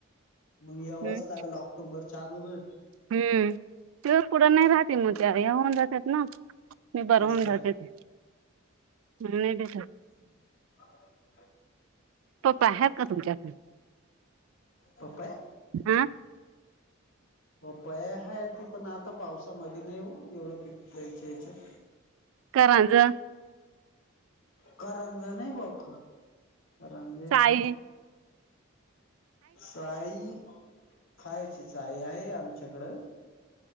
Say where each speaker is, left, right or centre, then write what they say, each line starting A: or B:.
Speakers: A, on the left (about 80°); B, on the right (about 80°).
A: मंग यावंच
B: हम्म
A: लागल, ऑक्टॉम्बरच्या अगोदर.
B: हम्म, तिदून पुढं नही राहती, म त्या, या होऊन जातात ना. निबार
A: जास्त.
B: होउन जाते ते, मंग नही भेटत.
A: <unintelligible>
B: पपया आहेत का, तुमच्याक,
A: पपया
B: हं?
A: पपाया हाय ती, पण आता पावसामदी नहीं ओ, एवढं पिकाच्या याच्यात
B: करांज
A: करामलं नही, बक आरामजेती
B: चाई
A: <unintelligible> चाई, खायची साई, आहे आमच्याकडं.